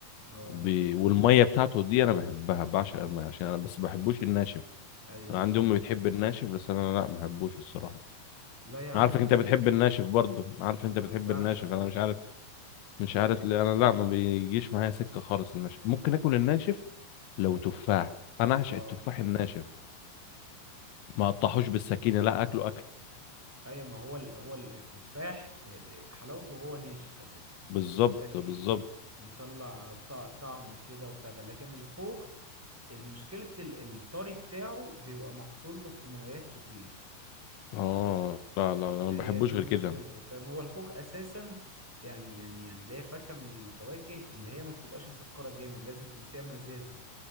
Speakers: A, in the centre; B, on the left.
A: اه
B: بي... والميه بتاعته دي انا بحبها بعشق الميه عشان انا بس بحبوش الناشف
A: ايوه
B: انا
A: فاهمك
B: عندي امي بتحب الناشف بس انا لا ما بحبوش الصراحه
A: لا يا عم
B: انا عارفك
A: ده
B: انت بتحب الناشف برضه انا عارف انت
A: ما
B: بتحب
A: بعشق
B: الناشف
A: الناشف
B: انا مش عارف مش عارف ليه انا لا ما بيجيش معايا سكه خالص الناشف ممكن اكل الناشف لو تفاح انا اعشق
A: اه
B: التفاح الناشف ما اقطعوش بالسكينه لا اكله اكل
A: ايوه ما هو ال- هو ال- التفاح آه، آه، حلاوته هو ناشف اساسا
B: بالظبط
A: عشان ي-
B: بالظبط
A: يطلع طع- طعم كده وبتاع ده لكن الخوخ المشكلة ال- الطري بتاعه بيبقى محطول له كيماويات كتير
B: اه لا لا لا، انا
A: هي
B: ما بحبوش
A: دي
B: غير
A: مشكلته
B: كده
A: فاهم هو الخوخ اساسا يعني يعني يعني اللي هي فاكهة من الفواكه اللي هي ما بتبقاش مسكرة جامد لازم يكون فيها مزازة